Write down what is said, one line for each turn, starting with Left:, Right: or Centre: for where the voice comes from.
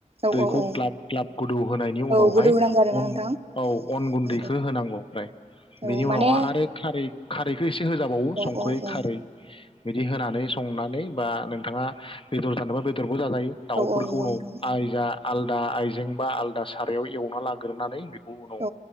Right: औ
Left: दैखौ
Right: औ औ
Left: ग्लाब ग्लाब गोदौ होनायनि
Right: औ
Left: उनावहाय
Right: गोदौ होनांगौ आरोना
Left: अन
Right: नोंथां
Left: औ अन गुन्दैखौ
Right: औ
Left: होनांगौ ओमफ्राय
Right: औ
Left: बेनि
Right: माने
Left: उनावहाय आरो खारै खारैखौ एसे होजाबावो
Right: औ
Left: संख्रै
Right: औ औ
Left: खारै बिदि होनानै बा नोंथाङा बेदर थानोबा बेदर जाजायो दाउफोरखौ
Right: औ औ नंगौ
Left: उनाव
Right: नोंथां
Left: आइ जा आलदा आइजें बा आलादा सारायाव एवना लाग्रोनानै गुबुनाव
Right: औ